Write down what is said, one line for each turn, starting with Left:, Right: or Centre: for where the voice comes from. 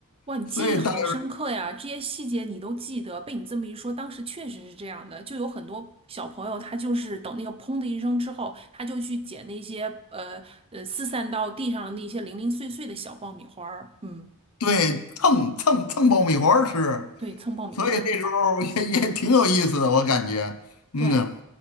Right: 哇，你记忆好深刻呀！
Left: 所以大家
Right: 这些细节你都记得，被你这么一说，当时确实是这样的。就有很多小朋友，他就是等那个砰的一声之后，他就去捡那些呃呃四散到地上的那些零零碎碎的小爆米花儿。嗯，
Left: 对蹭蹭蹭爆米花儿吃。
Right: 对，蹭爆米花儿。
Left: 所以那时候 <laughs> 也也挺有意思的，我感觉，嗯，
Right: 对，